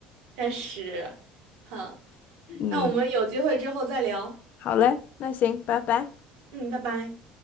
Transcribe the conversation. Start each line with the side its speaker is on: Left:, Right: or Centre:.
Right: 但是好，
Left: <laughs> 嗯，
Right: 那我们有机会之后再聊，
Left: 好嘞，那行，拜拜。
Right: 嗯，拜拜。